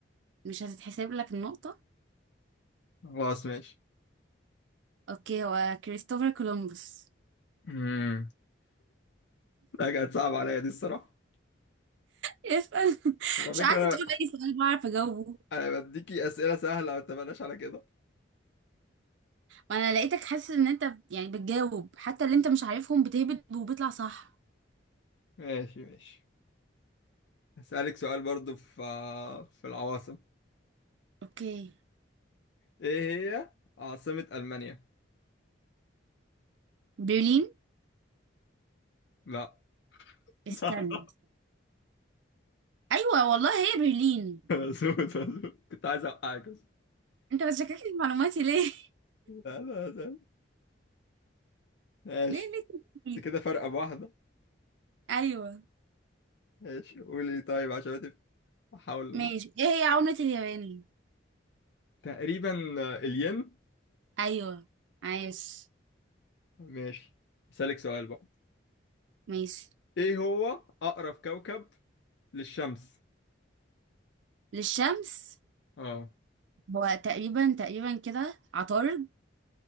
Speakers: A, on the right; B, on the left.
A: مش هتتحسب لك النقطة
B: خلاص ماشي
A: اوكي هو كريستوفر كولومبوس
B: امم لا كانت صعبة عليا دي الصراحة
A: اسأل <laughs>
B: على
A: مش
B: فكرة
A: قاعدة تقول اي سؤال بعرف اجاوبه
B: أنا أنا بديكي أسئلة سهلة ما اتفقناش على كده
A: ما انا لقيتك حاسس ان انت يعني بتجاوب حتى اللي انت مش عارفهم بتهبد وبيطلع صح
B: ماشي ماشي هسألك سؤال برضو في في العواصم
A: اوكي
B: ايه هي عاصمة ألمانيا
A: برلين
B: لا
A: استنى
B: صح <laughs>
A: ايوه والله هي برلين
B: مظبوط مظبوط كنت عايز اوقعك بس
A: انت بتشككني في معلوماتي ليه
B: لا لا لا ماشي
A: <laughs> ليه ليه
B: انت كده فرقة بواحدة
A: ايوه
B: ماشي قولي طيب عشان أتف- احاول
A: ماشي ايه هي عملة اليابان
B: تقريبا آه، الين
A: ايوه عايش
B: ماشي اسألك سؤال بقى
A: ماشي
B: ايه هو اقرب كوكب للشمس
A: للشمس
B: اه
A: هو تقريبا تقريبا كده عطارد